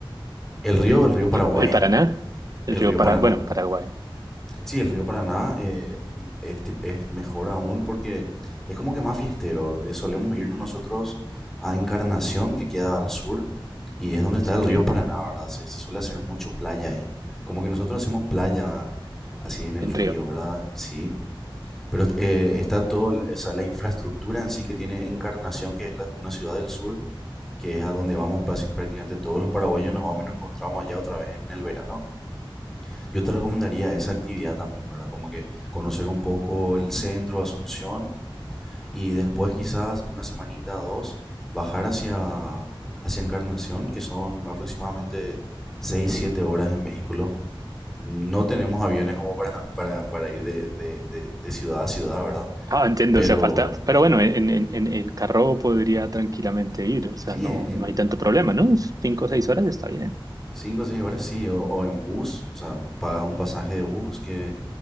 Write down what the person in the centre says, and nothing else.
el río, el río Paraguay,
el
río
Paraná
Sí, el río Paraná eh, es, tip- es mejor aún porque es como que más fiestero. Eh, solemos irnos nosotros a Encarnación, que queda al sur, y es donde está
el río Paraná, ¿verdad? Se, se suele hacer mucho playa ahí. Como que nosotros hacemos playa así en el
río,
¿verdad? Sí. Pero eh, está todo, la- esa, la infraestructura en sí que tiene Encarnación, que es la- una ciudad del sur, que es a donde vamos pasi- prácticamente todos los paraguayos, nos vamos y nos encontramos allá otra vez en el verano. Yo te recomendaría esa actividad también, ¿verdad? Como que conocer un poco el centro, Asunción, y después quizás una semanita, o dos, bajar hacia, hacia Encarnación, que son aproximadamente seis siete horas en vehículo. No tenemos aviones como para, <laughs> para, para ir de, de, de, de ciudad a ciudad, ¿verdad?
Pero
sí,
en
cinco o 6 horas sí, o, o en bus, o sea, pagas un pasaje de bus que